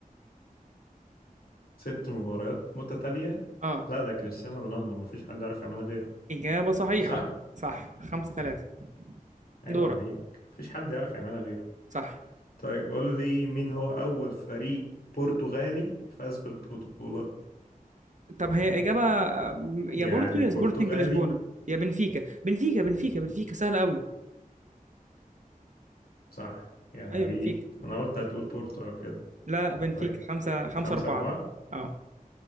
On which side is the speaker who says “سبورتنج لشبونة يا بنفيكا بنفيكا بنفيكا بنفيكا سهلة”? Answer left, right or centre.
Right